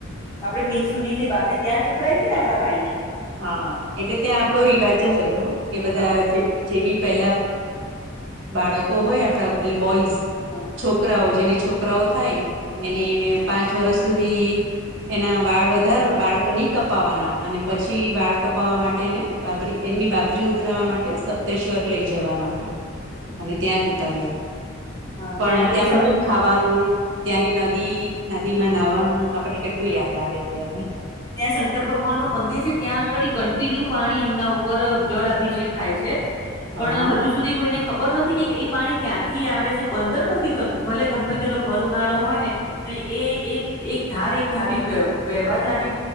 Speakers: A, on the left (about 20°); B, on the right (about 60°).
A: આપડે મિસુનિલિ બાબરી ત્યાં જ ઉતરાઈ હતી ને આપણા ભાઈ ની
B: હા એટલે ત્યાં આપડો રિવાજ જ હતો કે બધા
A: હા
B: જેટ જે બી પેલા બાળકો હોય આપણા એટલે બોઈઝ
A: હા
B: છોકરાઓ જેને છોકરાઓ થાય
A: હમ,
B: એને પાંચ વર્ષ સુધી એના વાળ વધાર વાળ ની કપાવાના અને પછી વાળ કપાવવા માટેને બાબરી એમની બાબરી ઉતરાવા માટે સપ્તેશ્વર લઈ જવાના હોય.
A: હમ.
B: અને ત્યાં જ ઉતારે
A: હા
B: પણ
A: ત્યાં આંગળી
B: ત્યાંનું બી ખાવાનું ત્યાંની નદી નદી માં નાહવાનું આપણને કેટલું યાદ આવે અત્યારે
A: ત્યાં શંકર ભગવાન નું મંદિર છે ત્યાં આંગળ કન્ટિન્યુ પાણી એમના ઉપર જળ અભિષેક થાય છે.
B: હા
A: પણ
B: હા
A: હજુ સુધી કોઈને ખબર નથી કે એ પાણી ક્યાંથી આવે છે બંધ જ નથી થતું ભલે ગમે તેલો ભર ઉનાળો હોય ને તો એ એક એક ધાર એક ધારી વ્યહેવા જ લાગે